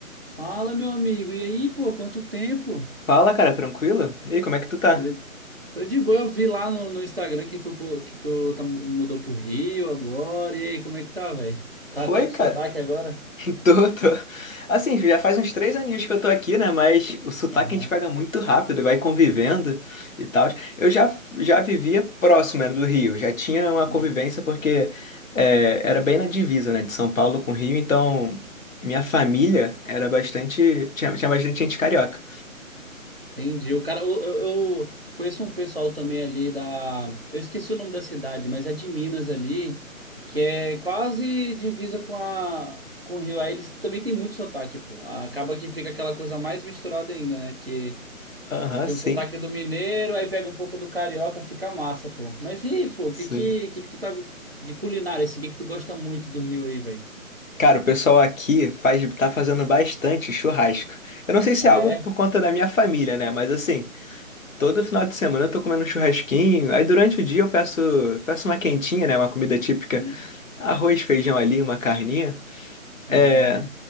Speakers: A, on the right; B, on the left.
A: Fala, meu amigo. E aí, pô, quanto tempo?
B: Fala, cara, tranquilo? E aí, como é que tu tá?
A: Beleza? Tô de boa, eu vi lá no, no Instagram que tu, pô- que tu tá, mudou pro Rio agora. E aí, como é que tá, velho? Tá
B: Foi,
A: até com
B: cara?
A: sotaque agora?
B: <laughs> Tô, tô. Assim, já faz uns três aninhos que eu tô aqui, né? Mas o sotaque
A: Aham,
B: a gente pega muito rápido, vai convivendo e tal. Eu já, já vivia próximo, né, do Rio, já tinha uma
A: sim.
B: convivência porque é, era bem na divisa, né, de São Paulo com o Rio, então minha família era bastante. Tinha, tinha bastante gente carioca.
A: Entendi. O cara, eu, eu, eu conheço um pessoal também ali da. Eu esqueci o nome da cidade, mas é de Minas ali, que é quase divisa com a com o Rio. Aí eles também têm muito sotaque, pô. Acaba que fica aquela coisa mais misturada ainda, né? Porque.
B: Aham,
A: Tem
B: sim,
A: um sotaque do mineiro, aí pega um pouco do carioca, fica massa, pô. Mas e aí, pô, o
B: sim.
A: que que, que que tu tá de culinária, assim? O que que tu gosta muito do Rio aí, velho?
B: Cara, o pessoal aqui faz, tá fazendo bastante churrasco. Eu não sei se
A: Ah,
B: é algo
A: é?
B: por conta da minha família, né? Mas assim, todo final de semana eu tô comendo um churrasquinho. Aí durante o dia eu peço, peço uma quentinha, né? Uma comida típica.
A: Sim.
B: Arroz, feijão ali, uma carninha. É...
A: É.